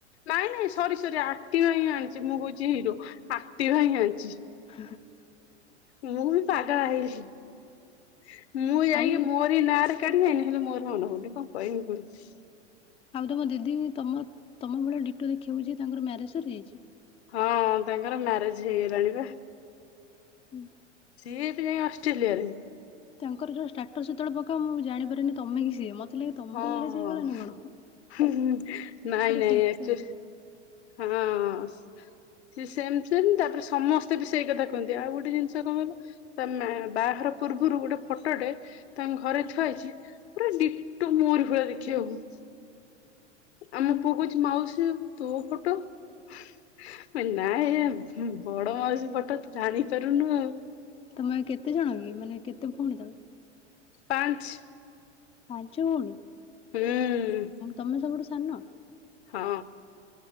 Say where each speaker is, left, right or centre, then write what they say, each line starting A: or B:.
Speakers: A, on the left; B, on the left.
A: ନାଇଁ ନାଇଁ ସରି ସରି ଆକ୍ଟିଭା ହିଁ ଆଣିଛି ମୁଁ କହୁଛି ହିରୋ ଆକ୍ଟିଭା ହିଁ ଆଣିଛି।
B: <unintelligible>
A: ମୁଁ ବି ପାଗଳା ହେଇଯିବି। ମୁଁ ଯାଇକି
B: ଆଉ
A: ମୋରି ନାଁ ରେ କାଢି ଆଣିଲି ହେଲେ ମୋର ହଉନ କଣ କହିବି କୁହନି।
B: ଆଉ ତମ ଦିଦି ତ ତମ ଭଳିଆ ଡିଟୋ ଦେଖିବାକୁଉଛି ତାଙ୍କର ମ୍ୟାରେଜ ସରିଯାଇଛି?
A: ହଁ ତାଙ୍କର ମ୍ୟାରେଜ ହେଇଗଲାଣି ବା।
B: ହୁଁ।
A: ସିଏ ଏବେ ଯାଇଁ ଅଷ୍ଟ୍ରେଲିଆରେ।
B: ତାଙ୍କର ଯୋଉ ଷ୍ଟାଟସ ସେତେବେଳେ ମୁଁ ଜାଣିପାରାରେନି ତମେ କି ସିଏ ମତେ ଲାଗେ ତମର
A: ହଁ
B: ମ୍ୟାରେଜ ହେଇଗଲା
A: ହଁ
B: ନା କଣ।
A: ନାଇଁ
B: ପୁରା
A: ନାଇଁ
B: ସେମ୍
A: ଅକ୍ଚୋଲୀ
B: ସେମ୍ ଲାଗେ।
A: ହଁ ହଁ ସେମ ସେମ ତାପରେ ସମସ୍ତେ ବି ସେଇ କଥା କୁହନ୍ତି ଆଉ ଗୋଟେ ଜିନିଷ କଣ କହିଲ ତା ବାହାଘର ପୂର୍ବୁରୁ ଗୋଟେ ଫଟୋଟେ ତାଙ୍କ ଘରେ ଥୁଆଯାଇଚି ପୁରା ଡିଟୋ ମୋରି ଭଳିଆ ଦେଖିଆକୁ। ଆମ ପୁଅ କୋଉଚି ମାଉସୀ ତୋ ଫଟୋ ଟ ମୁଁ କହିଲି ନାଇଁ ୟେ ବଡ଼ ମାଉସୀ ଫଟ ତୁ ଜାଣିପାରୁନୁ ଆଉ।
B: ତମେ କେତେ ଜଣ କି ମାନେ କେତେ ଭଉଣୀତମେ?
A: ପାଞ୍ଚ।
B: ପାଞ୍ଚ ଭଉଣୀ?
A: ହୁଁ
B: ତମେ ସବୁଠୁ ସା ସାନ?
A: ହଁ।